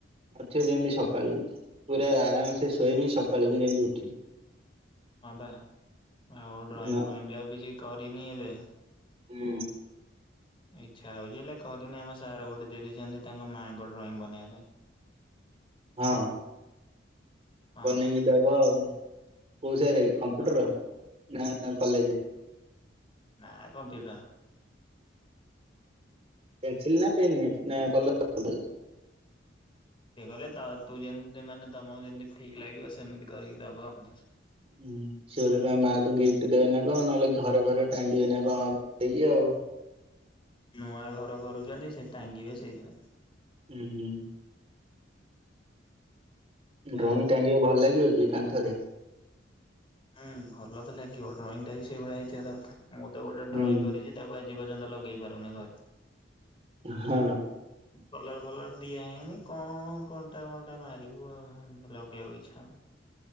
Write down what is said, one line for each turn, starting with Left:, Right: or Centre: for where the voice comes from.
Right: ତଥ୍ୟ ଯେମିତି ସକାଳୁ ପୁରା ଆରାମ ସେ ଶୋଇବି ସକାଳୁକୁ ଯେମିତି ଉଠିବି।
Left: ହଁ ବା ଆଉ ଡ୍ରଇଂ
Right: ନ
Left: ଫ୍ରଇଂ ବି ଆଉ କିଛି କରିନି ଏବେ।
Right: ହୁଁ।
Left: ଇଚ୍ଛା ହଉଛି ହେଲେ କରିନି ଆମ ସାର୍ ଗୋଟେ ଦେଇଦେଇଛନ୍ତି ତାଙ୍କ ମାଆଙ୍କ ଡ୍ରଇଂ ବନେଇବା ପାଇଁ।
Right: ହଁ
Left: ହଁ
Right: ବନେଇ କି ଦବ ଆଉ କୋଉ ସାର କମ୍ପୁଟର
Left: ତ
Right: ନା କଲେଜ?
Left: ନାଁ କମ୍ପ୍ୟୁଟର।
Right: ପେନସିଲ ନା ପେନ୍ ନାଇଁ ନା କଲଲ
Left: କିଏ ଗଲେ ତ ତୁ ଯେମି ଯେମାନେ ତମକୁ ଯେମିତି ଠିକ ଲାଗିବ ସେମିତି କରିକି ଦବ ଆଉ।
Right: ହୁଁ ସିଏ ବୋଧେ ତାଙ୍କ ମାକୁ ଗିଫ୍ଟ ଦେବେ ନା କଣ ନହେଲେ ଘରେ ଘରେ ଟାଙ୍ଗିବେ ନା କଣ। ଦେଗିଆ ଆଉ
Left: ନୂଆ ଘର କରୁଛନ୍ତି ସେ ଟାଙ୍ଗିବେ ସେଇଥିପାଇଁ।
Right: ହୁଁ ହୁଁ।
Left: ଏଇଆ।
Right: ଡ୍ରଇଂ ଟାଙ୍ଗିବା ଭଲ ଲାଗିବ ଯେ କାନ୍ଥରେ।
Left: ହୁଁ ଭଲ ତ ଲାଗିବ ଡ୍ରଇଂ ଟା ବି ସେଇଭଳିଆ ହେଇଥିବା ଦରକାର ମୁଁ ତ ଗୋଟେ
Right: ହୁଁ
Left: ଡ୍ରଇଂ କରିଛି ତାକୁ ଆଜି ପର୍ଯ୍ୟନ୍ତ ଲଗେଇ ପାରୁନି ଘରେ।
Right: ହୁଁ।
Left: କଲର ଫଲର ଦିଆ ହେଇନି କଣ କଣ୍ଟା ଫଣ୍ଟା ମାରିବୁ ଆଉ ଲ ବଉ ଇଚ୍ଛା।